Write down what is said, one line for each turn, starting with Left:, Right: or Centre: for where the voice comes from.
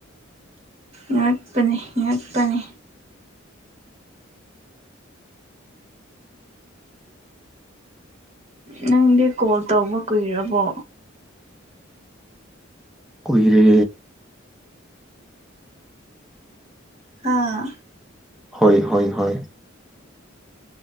Right: ꯉꯛꯄꯅꯤ ꯉꯛꯄꯅꯤ ꯅꯪꯗꯤ ꯀꯣꯜ ꯇꯧꯕ ꯀꯨꯏꯔꯕꯣ
Centre: ꯀꯣꯏꯔꯦ
Right: ꯑꯥ
Centre: ꯍꯣꯏ ꯍꯣꯏ ꯍ